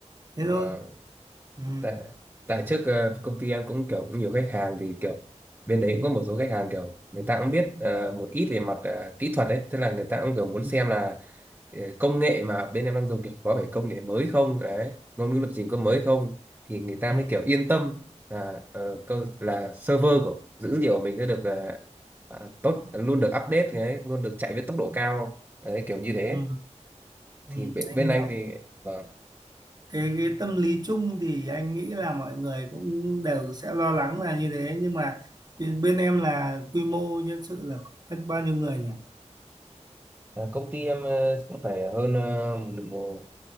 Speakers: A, on the right (about 35°); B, on the right (about 20°).
A: thế thôi.
B: Ờ,
A: Ừ.
B: tại tại trước ờ, công ty em cũng kiểu cũng nhiều khách hàng thì kiểu bên đấy cũng có một số khách hàng kiểu người ta cũng biết ờ, một ít về mặt ờ, kỹ thuật đấy, tức là người ta cũng kiểu
A: Ừ.
B: muốn xem là ờ, công nghệ mà bên em đang dùng kiểu có phải công nghệ mới không đấy ngôn ngữ lập trình có mới không thì người ta
A: Ừ.
B: mới kiểu yên tâm là ờ, cơ- là server của dữ liệu của mình sẽ được ờ, ờ, tốt luôn được update đấy luôn được chạy với tốc độ cao đấy kiểu như thế
A: Ừ. Ừ.
B: thì bên,
A: Anh
B: bên
A: hiểu.
B: anh thì vâng
A: cái cái tâm lý chung thì anh nghĩ là mọi người cũng đều sẽ lo lắng là như thế nhưng mà bên, bên em là quy mô nhân sự là khoảng bao nhiêu người nhỉ?
B: ờ, công ty em ờ, cũng phải hơn ờ, một- một-